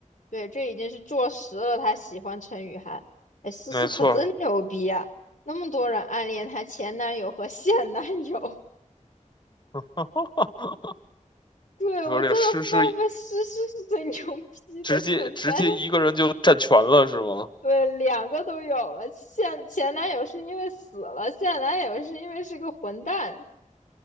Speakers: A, on the left; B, on the left.
A: 对，这已经是坐实了他喜欢陈雨涵。哎，思思可真牛逼啊！
B: 没错儿。
A: 那么多人暗恋她前男友和现男友，
B: <laughs>
A: <laughs> 对，
B: 你说这诗诗
A: 我真的发发思思是最牛逼的存在。
B: 直接直接一个人就占全了是吗？
A: 对，两个都有了，现前男友是因为死了，现男友是因为是个混蛋。